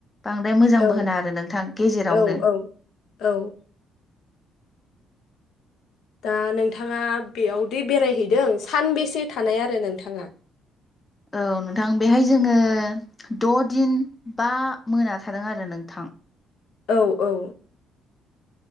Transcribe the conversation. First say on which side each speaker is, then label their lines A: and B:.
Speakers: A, on the left; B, on the left.
A: बांद्राय मोजांबो
B: औ
A: होना आरो नोंथां गेजेरावनो।
B: औ औ औ दा नोंथाङा बेयावदि बेरायहैदों सानबेसे थानाय आरो नोंथाङा।
A: औ नोंथां बेहाय जोङो द'दिन बा मोना थादों आरो नोंथां
B: औ औ